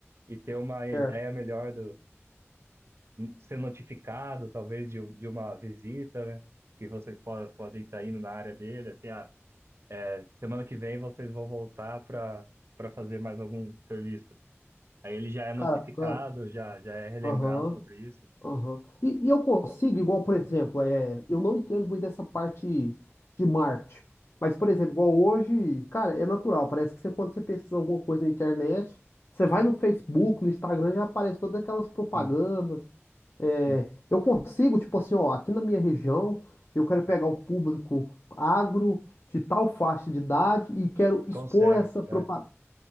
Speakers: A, on the right (about 60°); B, on the left (about 60°).
A: e ter uma ideia
B: certo.
A: melhor ser notificado, talvez, de, um- de uma visita, né? Que vocês po- podem estar indo na área dele, assim, ah, é, semana que vem vocês vão voltar para para fazer mais algum serviço. Aí ele já é notificado,
B: Cara, ficando.
A: já, já é relembrado
B: Aham.
A: sobre isso.
B: Aham. E, e eu consigo, igual, por exemplo, é, eu não entendo muito dessa parte de marketing. Mas, por exemplo, igual hoje, cara, é natural. Parece que você, quando você pesquisa alguma coisa na internet, você vai no Facebook, no Instagram, já aparece todas aquelas propagandas.
A: Sim,
B: É,
A: sim,
B: eu consigo, tipo assim, ó, aqui na minha região, eu quero pegar o público agro de tal faixa de idade e quero expor
A: consegue.
B: essa propaganda.
A: É,